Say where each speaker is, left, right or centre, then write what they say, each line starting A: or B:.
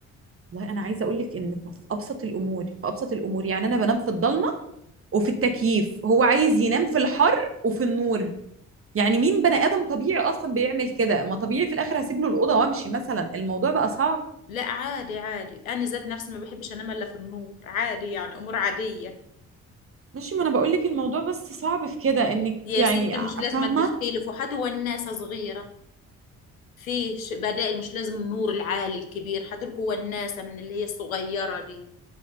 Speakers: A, on the right; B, on the left.
A: والله أنا عايزة أقول لك إن في أبسط الأمور في أبسط الأمور يعني أنا بنام في الضلمة وفي التكييف هو عايز ينام في الحر وفي النور يعني مين بني آدم طبيعي أصلا بيعمل كده ما طبيعي في الآخر هسيب له الأوضة وأمشي مثلا الموضوع بقى صعب
B: لا عادي عادي انا ذات نفسي ما بحبش انام الا في النور عادي يعني امور عاديه
A: ماشي ما انا بقول لك الموضوع بس صعب في كده انك
B: يا
A: يعني
B: ستي مش لازم
A: فاهمه
B: تختلفوا حتى والناس صغيره فيه ش- بدائل مش لازم النور العالي الكبير حتلكوا وناسة من اللي هي الصغيرة دي